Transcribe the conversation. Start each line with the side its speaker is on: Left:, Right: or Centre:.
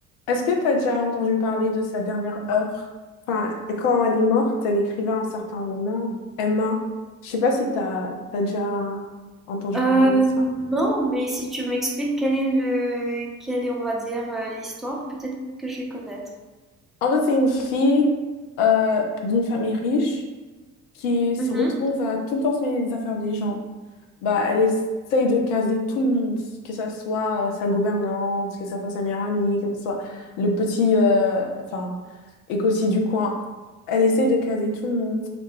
Left: Est-ce que tu as déjà entendu parler de sa dernière œuvre? Enfin, quand elle est morte, elle écrivait un certain roman, Emma. Je sais pas si tu as, déjà entendu
Centre: Euh,
Left: parler de ça.
Centre: non, mais si tu m'expliques quel est le, quelle est, on va dire, euh, l'histoire, peut-être que je vais connaître.
Left: En fait, c'est une fille euh, d'une famille riche qui se
Centre: Mhm.
Left: retrouve à tout le temps se mêler des affaires des gens. Bah, elle essaye de caser tout le monde, que ça soit euh, sa gouvernante, que ça soit sa meilleure amie, que ça soit le petit euh, enfin, écossais du coin. Elle essaye de caser tout le monde.